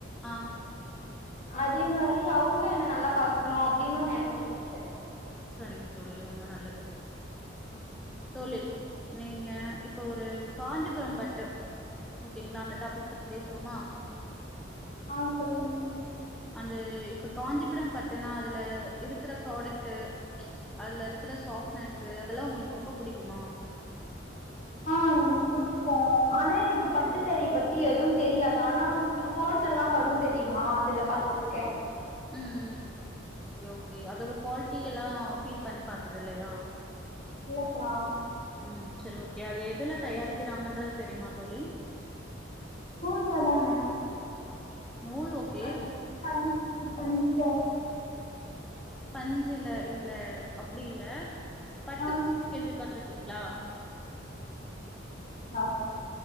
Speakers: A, in the centre; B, on the left.
A: ஆம்
B: அதே மாதிரி அவங்களும் என்ன நல்லா பாத்துக்கணும் அப்படின்னு நினைச்சிட்டு இருக்கேன்
A: சரிங்க தோழி ரொம்ப நல்லது சரிங்க தோழி ரொம்ப நல்லது தோழி நீங்க இப்ப ஒரு காஞ்சிபுரம் பட்டு ஓகேங்களா அந்த டாபிக் பத்தி பேசுவோமா
B: ஆஹ் சொல்லுங்கக்கா
A: அந்த இப்ப காஞ்சிபுரம் பட்டுனா அதுல இருக்கற ப்ராடக்ட் அதுல இருக்கற சாஃப்டனஸ் அதெல்லாம் உங்களுக்கு ரொம்ப புிடிக்குமா
B: ஆ எனக்கு பிடிக்கோ ஆனா எனக்கு பட்டு சாரியை பத்தி எதுவும் தெரியாது ஆனா ஃபோன்ல எல்லாம் வரும் தெரியுமா அதுல பாத்துருக்கேன்
A: ம் ஓகே ஓகே அதோட குவாலிட்டி எல்லாம் பீல் பண்ணி பாத்தது இல்லையா
B: இல்லக்கா
A: ம் சரி ஓகே அது எதுல தயாரிக்கிறாங்கன்றது தெரியுமா தோழி
B: நூல்ல தான
A: நூல் ஓகே
B: அந்த பஞ் சு பஞ்சில
A: பஞ்சுல இல்ல அப்டி இல்ல பட்டு
B: ஆ
A: பூச்சு கேள்விப்பட்டிருக் ங்ளா
B: ஆ